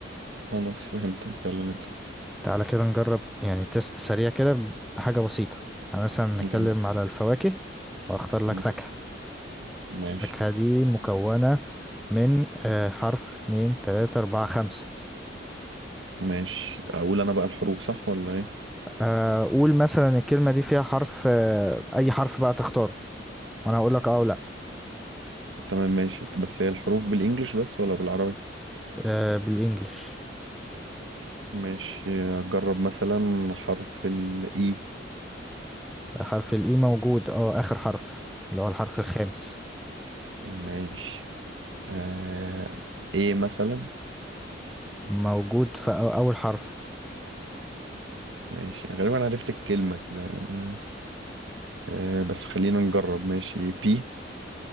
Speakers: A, on the right (about 85°); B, in the centre.
A: خلاص فهمتك يلا نبدأ
B: تعالى كده نجرب يعني تيست سريع كده بحاجة بسيطة يعني مثلا
A: يعني
B: نتكلم على الفواكه واختار لك
A: ماشي
B: فاكهة
A: ماشي
B: الفاكهة دي مكونة من آه، حرف اتنين تلاتة أربعة خمسة
A: ماشي. أقول أنا بقى الحروف صح ولا إيه؟
B: آه، قول مثلا الكلمة دي فيها حرف آه، أي حرف بقى تختاره وأنا هقول لك أه ولا لأ.
A: تمام ماشي بس هي الحروف بالإنجليش بس ولا بالعربي؟
B: آه، بالإنجلش
A: ماشي أجرب مثلا حرف الإي
B: حرف الإي موجود أه آخر حرف اللي هو الحرف الخامس
A: ماشي آه ايه مثلا
B: موجود في أو- أول حرف
A: ماشي غالبا عرفت الكلمة كده آه آه، بس خلينا نجرب ماشي بي